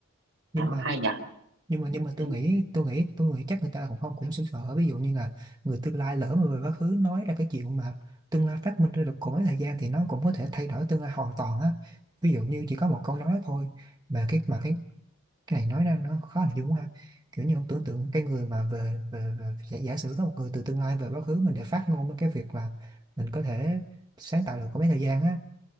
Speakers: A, on the right; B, on the right.
A: nhưng
B: đó
A: mà
B: hay nhỉ
A: nhưng mà nhưng mà
B: đấy
A: tôi nghĩ tôi nghĩ tôi nghĩ chắc người ta cũng không cũng sững sờ ví dụ như là người tương lai lỡ mà về quá khứ nói ra cái chuyện mà tương lai phát minh ra được còn mấy thời gian thì nó cũng có thể thay đổi tương lai hoàn toàn á ví dụ như chỉ có một câu nói thôi mà cái mà cái cái này nói ra nó khó hình dung quá ha kiểu như ông tưởng tượng cái người mà về, về, về giả, giả sử có một người từ tương lai về quá khứ mình để phát ngôn với cái việc mà mình có thể sáng tạo được có mấy thời gian á